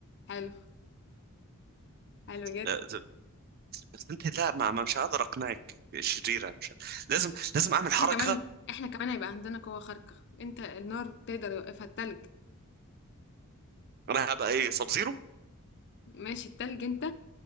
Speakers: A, on the left; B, on the right.
A: حلو حلو جدا
B: اه، بس انت لا ما ما- مش هقدر اقنعك شريره مش ه- لازم لازم اعمل حركه
A: احنا كمان احنا كمان هيبقى عندنا قوه خارقه انت النار تقدر يوقفها التلج
B: انا هبقى ايه سب زيرو
A: ماشي التلج انت